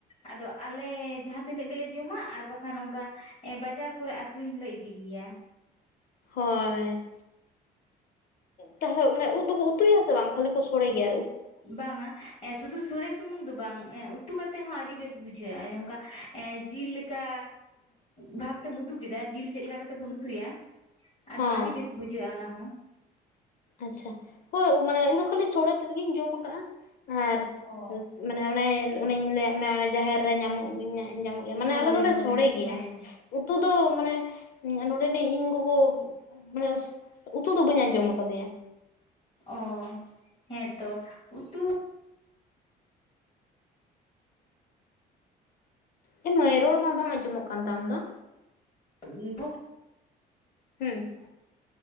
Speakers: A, on the left; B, on the left.
A: ᱟᱫᱚ ᱟᱞᱮ ᱛᱤᱱᱟᱹᱜ ᱜᱮᱞᱮ ᱡᱚᱢᱟ ᱟᱨ ᱵᱟᱠᱷᱟᱱ ᱚᱱᱠᱟ ᱵᱟᱡᱟᱨ ᱠᱚᱨᱮ ᱟᱠᱷᱨᱤᱧ ᱦᱚᱞᱮ ᱤᱫᱤ ᱜᱮᱭᱟ
B: ᱦᱳᱭ ᱛᱟᱦᱚᱞᱮ ᱢᱟᱱᱮ ᱩᱫ ᱫᱚᱠᱚ ᱩᱛᱩᱭᱟᱥᱮ ᱵᱟᱝ ᱠᱷᱟᱹᱞᱤ ᱠᱚ ᱥᱚᱲᱮᱭᱟ
A: ᱵᱟᱝᱼᱟ ᱥᱩᱫᱷᱩ ᱥᱩᱨᱮ ᱥᱩᱢᱩᱝ ᱫᱚ ᱩᱛᱩ ᱠᱟᱛᱮ ᱦᱚᱸ ᱟᱹᱰᱤ ᱵᱮᱥ ᱵᱩᱡᱷᱟᱹᱜᱼᱟ ᱱᱚᱝᱠᱟ ᱡᱤᱞ ᱞᱮᱠᱟ ᱵᱷᱟ ᱠᱟᱛᱮᱢ ᱩᱛᱩ ᱠᱮᱫᱟ ᱡᱤᱞ ᱪᱮᱫ ᱞᱮᱠᱟ ᱠᱟᱛᱮ ᱵᱚᱱ ᱩᱛᱩᱭᱟ ᱟᱫᱚ
B: ᱦᱚᱸ
A: ᱟᱹᱰᱤ ᱵᱮᱥ ᱵᱩᱡᱷᱟᱹᱜᱼᱟ ᱚᱱᱟᱦ
B: ᱟᱪᱪᱷᱟ ᱦᱳᱭ ᱢᱟᱱᱮ ᱤᱧᱫᱚ ᱠᱷᱟᱹᱞᱤ ᱥᱚᱲᱮ ᱛᱮᱫᱜᱤᱧ ᱡᱚᱢ ᱟᱠᱟᱟᱜᱼᱟ ᱟᱨ
A: ᱚ
B: ᱢᱟᱱᱮ ᱚᱱᱮ ᱞᱟᱹᱭᱟᱫ ᱢᱮᱭᱟ ᱚᱱᱮ ᱡᱟᱦᱮᱨ ᱨᱮ ᱧᱟᱢᱚᱜ ᱜᱮᱧᱟ ᱧᱟᱢᱚᱜ ᱜᱮᱭᱟ ᱢᱟᱱᱮ
A: ᱦᱳᱭ
B: ᱟᱞᱮ ᱫᱚᱞᱮ
A: ᱦᱳᱭ
B: ᱥᱚᱲᱮ ᱜᱮᱭᱟ
A: ᱦᱮᱸ
B: ᱩᱛᱩ ᱫᱚ ᱢᱟᱱᱮ ᱱᱚᱰᱮᱱᱤᱡ ᱤᱧ ᱜᱚᱜᱚ ᱢᱟᱱᱮ ᱩᱛᱩ ᱫᱚ ᱵᱟᱹᱧ ᱟᱸᱡᱚᱢᱟ ᱛᱫᱭᱟ
A: ᱚ ᱦᱮᱸᱛᱚ ᱩᱛᱩ
B: ᱦᱮᱸ ᱢᱟᱹᱭ ᱨᱚᱲ ᱢᱟ ᱵᱟᱝ ᱟᱸᱡᱚᱢᱚᱜ ᱠᱟᱱ ᱛᱟᱢ ᱫᱚ
A: <unintelligible>
B: ᱦᱮᱸ